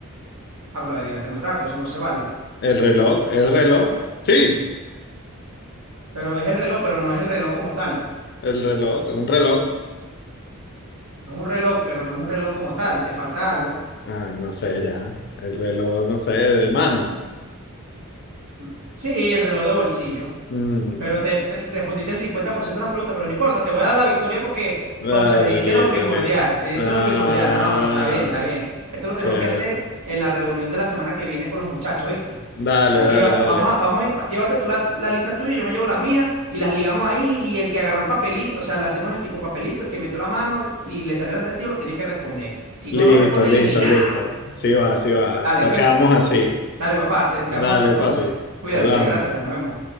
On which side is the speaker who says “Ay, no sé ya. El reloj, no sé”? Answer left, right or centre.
Left